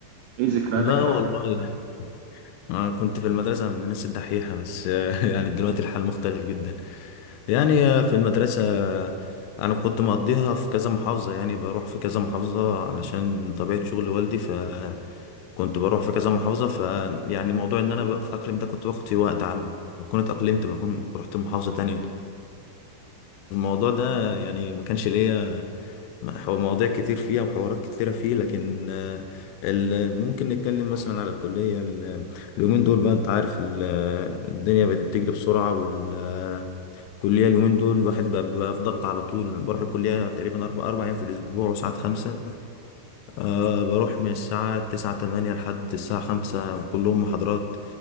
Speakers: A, on the right; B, on the left.
A: إيه ذكرياتك
B: لا
A: مع
B: والله
A: المدرسة
B: أنا كنت في المدرسة من الناس الدحيحة بس <laughs> يعني دلوقتي الحال مختلف جدا يعني في المدرسة أنا كنت مقضيها في كذا محافظة يعني بروح في كذا محافظة علشان طبيعة شغل والدي ف كنت بروح في كذا محافظة فيعني موضوع ان انا بتأقلم ده كنت باخد فيه وقت على ما اكون اتأقلمت بكون رحت محافظة تانية فالموضوع <laughs> ده يعني ما كانش ليا حو- مواضيع كتير فيها وحوارات كتيرة فيه لكن آه، ال- ممكن نتكلم مثلا على الكلية ال- اليومين دول بقى انت عارف ال- الدنيا بقت بتجري بسرعة والكلية اليومين دول الواحد بقى بقى في ضغط على طول بروح الكلية تقريبا أربع أربع أيام في الأسبوع وساعات خمسة أه بروح من الساعة تسعة تمانية لحد الساعة خمسة كلهم محاضرات